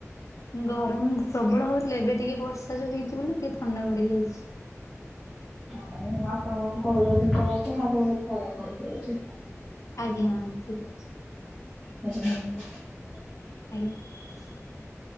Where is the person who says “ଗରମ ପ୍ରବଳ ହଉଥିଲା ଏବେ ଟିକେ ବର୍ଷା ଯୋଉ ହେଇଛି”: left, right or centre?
Left